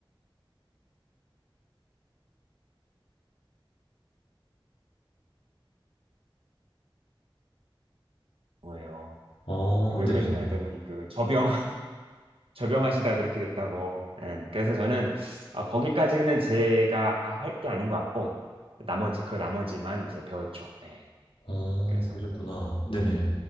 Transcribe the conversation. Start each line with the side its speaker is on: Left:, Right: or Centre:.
Right: 거예요.
Left: 어,
Right: 그 왜
Left: 네네.
Right: 그러시면 했더니 그 저병 <laughs> 저병하시다 그렇게 됐다고. 예. 그래서 저는 아, 거기까지는 제가 할 게 아닌 것 같고 나머지 그 나머지만 이제 배웠죠. 예.
Left: 어,
Right: 그래서
Left: 그러셨구나. 네네.